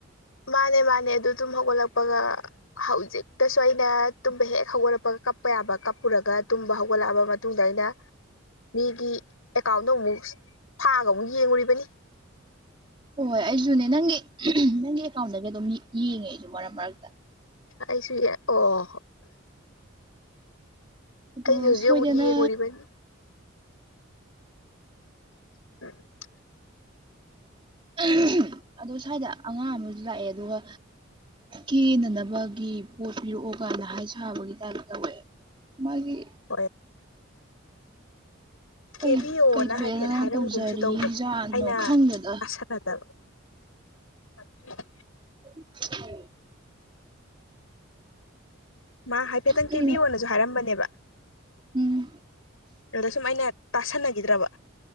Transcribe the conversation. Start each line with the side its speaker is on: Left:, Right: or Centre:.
Left: ꯃꯥꯅꯦ ꯃꯥꯅꯦ ꯑꯗꯨ ꯇꯨꯝ ꯍꯧꯒꯠꯂꯛꯄꯒ ꯍꯧꯖꯤꯛ ꯇꯁꯨ ꯑꯩꯅ ꯇꯨꯝꯕ ꯍꯦꯛ ꯍꯧꯒꯠꯂꯛꯄꯒ ꯀꯞꯄ ꯌꯥꯕ ꯀꯞꯄꯨꯔꯒ ꯇꯨꯝꯕ ꯍꯧꯒꯠꯂꯛꯑꯕ ꯃꯇꯨꯡꯗ ꯑꯩꯅ ꯃꯤꯒꯤ ꯑꯦꯀꯥꯎꯟꯗꯣ ꯑꯃꯨꯛ ꯐꯥꯛꯑꯒ ꯑꯃꯨꯛ ꯌꯦꯡꯉꯨꯔꯤꯕꯅꯤ
Right: ꯍꯣꯏ ꯑꯩꯁꯨꯅꯦ ꯅꯪꯒꯤ ꯅꯪꯒꯤ ꯑꯦꯀꯥꯎꯟꯗꯒꯤ ꯑꯗꯨꯝ ꯌꯦꯡꯉꯦ ꯑꯩꯁꯨ ꯃꯔꯛ ꯃꯔꯛꯇ
Left: ꯑꯩ ꯁꯨꯏ ꯌ‌ꯦ ꯑꯣ
Right: ꯑꯗꯣ
Left: ꯑꯩꯁꯨ ꯍꯧꯖꯤꯛ
Right: ꯁꯣꯏꯗꯅ
Left: ꯑꯃꯨꯛ ꯌꯦꯡꯉꯨꯔꯤꯕꯅꯤ <inaudible>
Right: <unintelligible> ꯑꯗꯣ ꯁ꯭ꯋꯥꯏꯗ ꯑꯉꯥꯡ ꯑꯃꯁꯨ ꯂꯥꯛꯑꯦ ꯑꯗꯨꯒ ꯀꯦꯅꯅꯕꯒꯤ ꯄꯣꯠ ꯄꯤꯔꯛꯑꯣꯒꯥꯏꯅ ꯍꯥꯏ ꯁꯥꯕꯒꯤ ꯇꯥꯏꯞ ꯇꯧꯋꯦ ꯃꯥꯒꯤ
Left: ꯍꯣꯏ ꯀꯦꯕꯤꯌꯣꯅ
Right: ꯀꯩ ꯀꯩ ꯊꯣꯛꯑꯦꯅ
Left: ꯍꯥꯏꯐꯦꯠ ꯍꯥꯏꯔꯝꯒꯨꯝꯁꯨ
Right: ꯇꯧꯖꯔꯤꯖꯥꯠꯅꯣ
Left: ꯇꯧꯕꯅꯦ ꯑꯩꯅ
Right: ꯈꯪꯗꯦꯗ
Left: ꯑꯁ ꯐꯗꯕ <unintelligible>
Right: <unintelligible>
Left: ꯃꯥ ꯍꯥꯏꯐꯦꯠꯇꯪ
Right: ꯀꯩꯅꯣ
Left: ꯀꯦꯕꯤꯌꯣꯅꯁꯨ ꯍꯥꯏꯔꯝꯕꯅꯦꯕ
Right: ꯎꯝ
Left: ꯑꯗ ꯁꯨꯝ ꯑꯩꯅ ꯇꯥꯁꯟꯅꯈꯤꯗ꯭ꯔꯕ